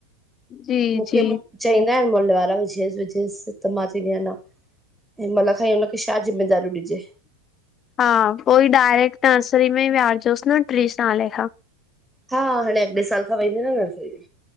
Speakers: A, on the left; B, in the centre.
A: जी
B: मुखे
A: जी
B: चईंदा आहिन मुल वारा पुछेस पुछेस त मां च‌ईंदी कयां न, हि मल खाईंदा कुछ। छा ज़िमेदारियूं ॾिजे?
A: हा पोई डायरेक्ट नर्सरी में विहारजोसि न टी साले खां।
B: हा हाणे अॻिले साल खां वेंदो न नर्सरी में।